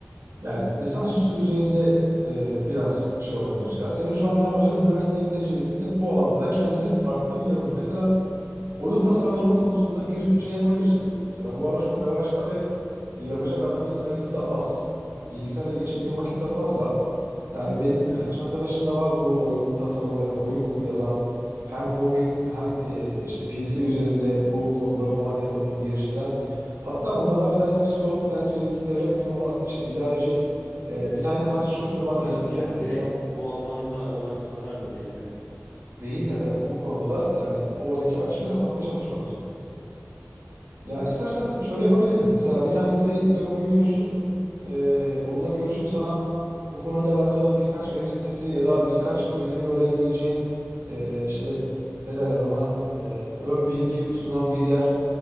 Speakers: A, on the right; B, on the left.
A: yani lisansüstü düzeyinde e, biraz şey olabilir. Ya senin şu anda amacın üniversiteyi bir dereceli bitirip bu alanda da kendini farklı bir yazılım. Mesela Oyun tasarlama konusunda bir şey yapabilirsin. Mesela bu ara çok revaçta ve e, yapacak adamın sayısı da az. Bilgisayarla geçirdiğim vakit de fazla. Yani benim
B: Evet.
A: birkaç arkadaşım da var bu oyun tasarımı ya da oyun kodu yazan. Hem mobil hem e, işte PC üzerinde bu kodları falan yazıp bunu geliştiren. Hatta bunlardan bir tanesi psikolog, bir tanesi benim gibi devlet memuru, işte idareci. E, bir tane taksi şoförü var,
B: Ha,
A: geceleri
B: yani
A: yapıyor
B: direkt
A: falan.
B: bu alanda olan insanlar da değil yani.
A: Değiller evet bu konuda da yani oradaki açığı kapatmaya çalışıyorlar. Ya istersen şöyle yapabilirim. Mesela bir tanesiyle bugün görüşecektim. Ee, onunla görüşüp sana bu konuyla alakalı birkaç web sitesi ya da birkaç dizilim öğrenebileceğin e, işte ne derler ona e, ön bilgi sunan bir yer.